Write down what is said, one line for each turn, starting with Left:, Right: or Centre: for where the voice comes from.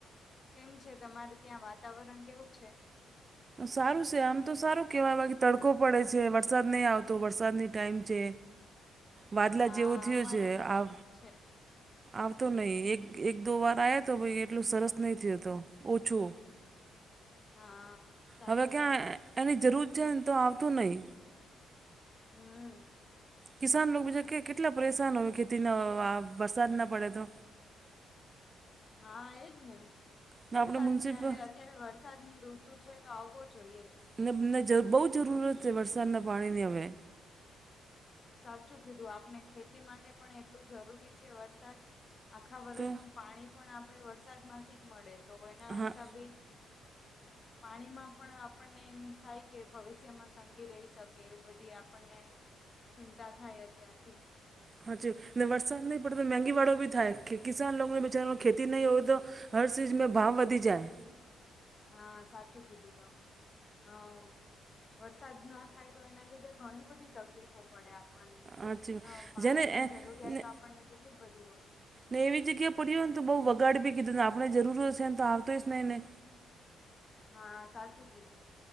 Left: કેમ છે તમારે ત્યાં વાતાવરણ કેવું છે?
Right: સારું છે આમ તો સારું કેહેવાય બા કે તડકો પડે છે વરસાદ નહીં આવતો વરસાદની ટાઈમ છે. વાદલા
Left: હા
Right: જેવો થયો
Left: અમારે
Right: છે
Left: પણ
Right: આ
Left: એવું છે.
Right: આવતો નહી એક એક દો વાર આવ તો ભાઈ એટલું સરસ નહી થય તો ઓછો
Left: હા. સાચું
Right: હવે ક્યાં
Left: કીધું
Right: એની જરૂર છે ને તો આવતું નહી.
Left: હમ.
Right: કિસાન લોકો બીજા કે કેટલા પરેશાન હોય ખેતી ન વરસાદ ના પડે તો
Left: હા એજ ને
Right: ને
Left: વરસાદ
Right: આપણે મ્યુનિસિપલ
Left: જયારે અત્યારે વરસાદ વરસાદ ની ઋતુ છે તો આવવો જોઈએ.
Right: અનેને બહુ જરૂરત છે વરસાદના પાણીની હવે
Left: સાચું કીધું આપણે ખેતી માટે પણ એટલું જરૂરી છે વરસાદ, આખા વર્ષનું
Right: તો
Left: પાણી પણ આપડે વરસાદમાંથી જ મળે તો એના હિસાબે
Right: હા
Left: પાણીમાં પણ આપણને એમ થાય કે ભવિષ્યમાં તંગી રહી શકે એ બધી આપણને ચિંતા થાય અત્યારથી જ
Right: હાચી વરસાદ નહીં પડે તો મંગીવાળો બી થાય કે કિસાન લોકોને બચારા ખેતી નહીં હોય તો હર ચીઝ મે ભાવ વધી જાય.
Left: હા સાચું કીધું તમે. અહ વરસાદના થાય તો એના લીધે ઘણી બધી તકલીફો પડે આપણે પણ
Right: હાચી વાત
Left: અહ પાણીની
Right: જેને એ
Left: જરૂરિયાત
Right: ને
Left: તો આપણને કેટલી બધી હોય
Right: ને એવી જગ્યા પડી હોયને તો બહુ બગાડ બી કીધુંને આપણે જરૂર હશે ને તો આવતોય જ હી ને
Left: હા, સાચું કીધું,